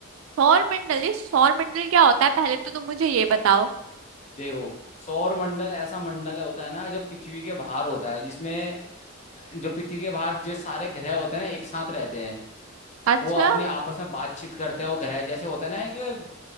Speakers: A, on the right; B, on the left.
A: सौरमंडल ये सौरमंडल क्या होता है पहले तो तुम मुझे ये बताओ
B: देखो सौर मंडल ऐसा मंडल होता है ना जो पृथ्वी के बाहर होता है जिसमें जो पृथ्वी के बाहर जो सारे ग्रह होते हैं ना एक साथ रहते हैं
A: अच्छा
B: वो अपनी आपस में बातचीत करते हैं वो घर है जैसे होता है ना एक